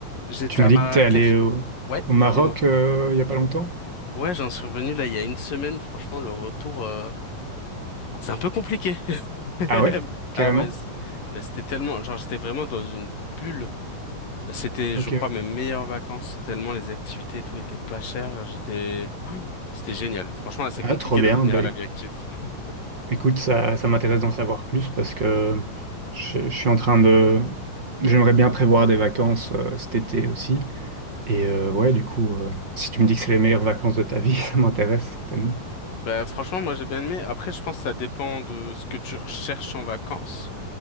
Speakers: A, on the left; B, on the right.
A: J'étais
B: Tu
A: à
B: m'as
A: Marrakech.
B: dit que t'es allé au,
A: Ouais,
B: au Maroc
A: dis-moi.
B: euh, il y a pas longtemps?
A: Ouais, j'en suis revenu là il y a une semaine. Franchement, le retour, euh, c'est un peu compliqué. <laughs>
B: Ah ouais? Carrément?
A: Ah ouais, c- mais c'était tellement, genre j'étais vraiment dans une bulle. C'était,
B: Ok.
A: je crois,
B: ouais.
A: mes meilleures vacances, tellement les activités et tout étaient pas chères. J'étais, <gasps> Hum, c'était génial. Franchement, là, c'est
B: Ah,
A: compliqué
B: trop bien.
A: de revenir
B: Bah,
A: à la
B: éc-
A: vie active. <laughs>
B: écoute, ça, ça m'intéresse d'en savoir plus parce que je, je suis en train de... J'aimerais bien prévoir des vacances euh, cet été aussi. Et euh, ouais, du coup, euh, si tu me dis que c'est les meilleures vacances de ta vie, <laughs> ça m'intéresse certainement.
A: Bah, franchement, moi, j'ai bien aimé. Après, je pense que ça dépend de ce que tu recherches en vacances.